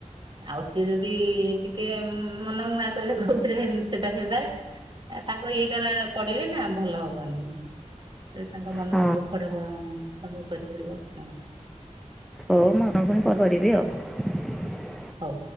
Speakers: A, on the right; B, in the centre.
A: ଆଉ ସିଏ ଯଦି ଟିକେ ମନ ମୁଆ କଲେ କୋଉଥିରେ ସେଟା ସେଦାଏ ଆ ତାକୁ ଏଇଟାରା ପଢିଲେ ନା ଭଲ ହବନି। ତାଙ୍କ ମନ
B: ହଁ
A: ଦୁଃଖ ଟା ଅନୁଭବ କରି ପଡିବ ହଁ।
B: ଓଉ <unintelligible> ପୁଣି କଣ କରିବି ଆଉ।
A: ହଉ।